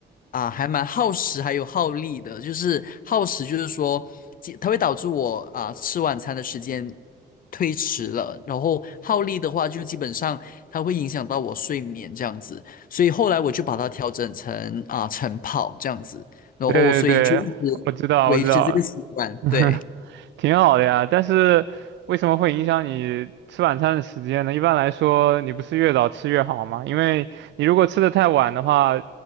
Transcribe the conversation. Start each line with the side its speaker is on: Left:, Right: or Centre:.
Left: 啊、还蛮耗时，还有耗力的。就是耗时，就是说即它会导致我啊、吃晚餐的时间推迟了，然后耗力的话，就基本上它会影响到我睡眠这样子。所以后来我就把它调整成啊、晨跑这样子，然后所以就一直
Right: 对对对，我知道，
Left: 维持这个习惯，
Right: 我知道。<laughs>
Left: 对。
Right: 挺好的呀，但是为什么会影响你吃晚餐的时间呢？一般来说，你不是越早吃越好吗？因为你如果吃的太晚的话，